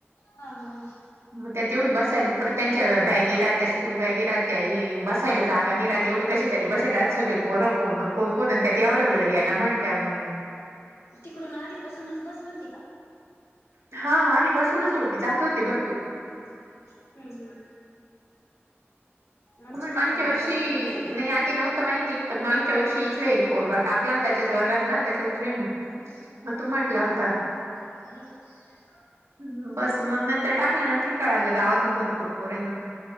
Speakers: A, on the left; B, on the right.
A: हा, हा, हा
B: मग त्यात एवढी बसायला, तर त्यांच्या बॅगी राहत्या स्कूल बॅगी राहत त्या ही बसायला जागा नाही राहती. एवढी कशी तरी बसतात. सगळी पोरं कोंपून, कोंपून आणि त्यात एवढं वेळ गेला म्हणे. <unintelligible>
A: तिकडून आधीपासूनच बस होती का.
B: हा आधी पासूनच होती जात होते. भर
A: हम्म हम्म हम्म हम्म, आमची
B: मग मागच्या
A: तर आठ
B: वर्षी
A: दिवस आता काय
B: नाही.
A: ग
B: आधी नव्हत माहिती पण मागच्या वर्षी इथलं
A: हम्म
B: हे बोरघाट. टाकला ना, त्याच्याच वर्गातला त्याचाच फ्रेंड
A: हम्म
B: मग तो म्हटला
A: हम्म
B: होता.
A: <inaudible>
B: हम्म, बस मग नंतर टाकल्यानंतर कळालं गावातून भरपूर पोर आहे म्हणून